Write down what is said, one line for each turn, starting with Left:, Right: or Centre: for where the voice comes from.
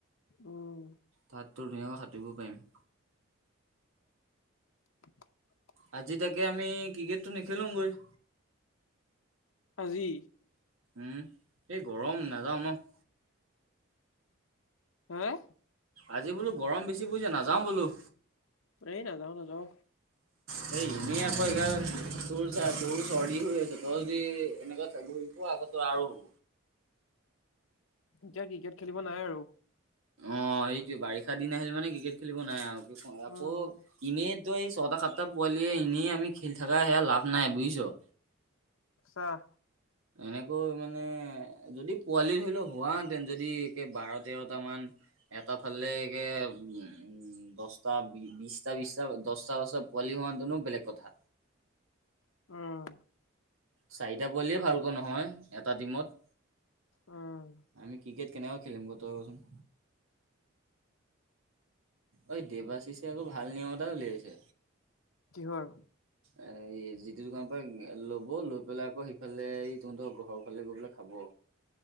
Left: উম,
Right: তাত তোৰ ধুনীয়াকৈ সাঁতুৰিব পাৰিম।
Left: <inaudible>
Right: আজি তাকে আমি ক্ৰিকেটটো নেখেলোঁগৈ
Left: আজি
Right: উম, এই গৰম নাযাওঁ ন'?
Left: হাঁ?
Right: আজি বোলো গৰম বেছি পৰিছে নাযাওঁ বোলো
Left: এই নাযাও নাযাও।
Right: সে এনেই আকৌ এগাল তোৰ চা তোৰ চৰ্দি হৈ আছে। তই যদি এনেকুৱাত ঘূৰি ফূৰ আকৌ তোৰ আকৌ হব।
Left: এতিয়া ক্ৰিকেট খেলিব নাই আৰু।
Right: অ', সেইটোৱে বাৰিষা দিন আহিল মানে ক্ৰিকেট খেলিব নাই আৰু। আকৌ
Left: উম
Right: এনেই তই এই ছয়টা সাতটা পোৱালিয়ে এনেই আমি খেলি থাকা সেয়া লাভ নাই বুজ জ
Left: চাহ
Right: এনেকৈ মানে যদি পোৱালি ধৰি লও হোৱাহেতেন যদি একে বাৰ তেৰটা মান এটা ফালেকে উম, দশটা, বিশটা -বিশটা, দশটা - দশটা পোৱালি হোৱা হেঁতেনও বেলেগ কথা।
Left: উম,
Right: চাৰিটা পোৱালিয়ে ভালকৈ নহয় এটা টিমত
Left: উম,
Right: আমি ক্ৰিকেট কেনেকৈ খেলিম গৈ তই কচোন। ঐ দেবাশিছে আকৌ ভাল নিয়ম এটা উলিয়াইছে।
Left: কিহৰ?
Right: এ যিটো দোকানৰ পৰা ল'ব লৈ পেলাই আকৌ সেইফালে তহঁতৰ ঘৰৰ ফালে গৈ পেলাই খাব।